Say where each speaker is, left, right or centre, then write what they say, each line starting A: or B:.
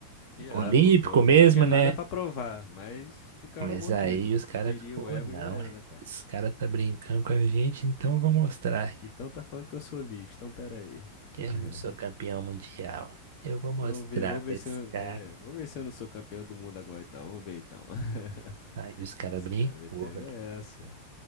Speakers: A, on the left (about 40°); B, on the right (about 55°).
A: Já,
B: olímpico
A: pô, pô.
B: mesmo,
A: Tinha
B: né?
A: nada pra provar, mas ficaram
B: Mas
A: mordidos.
B: aí os caras
A: Feriu
B: ficou,
A: o ego,
B: não,
A: já era,
B: é,
A: né, pai?
B: esse cara tá brincando com a gente, então eu vou mostrar
A: Então tá falando que eu sou lixo, então pera aí.
B: que eu
A: <laughs>
B: não sou campeão mundial. Eu vou mostrar
A: Vamos ver, vamos
B: pra
A: ver
B: esse
A: se eu,
B: cara.
A: é, vamos ver se eu não sou campeão do mundo agora, então. Vamos ver, então. <laughs>
B: Aí os caras
A: Os
B: brincou,
A: caras meteram
B: velho.
A: essa.